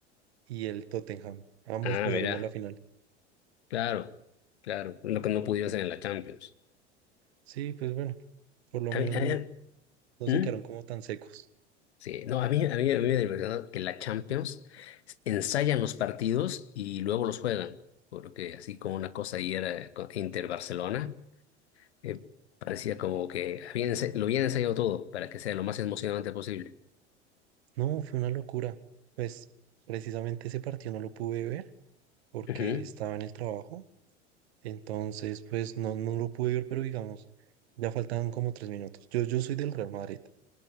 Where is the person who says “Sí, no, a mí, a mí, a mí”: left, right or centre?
Left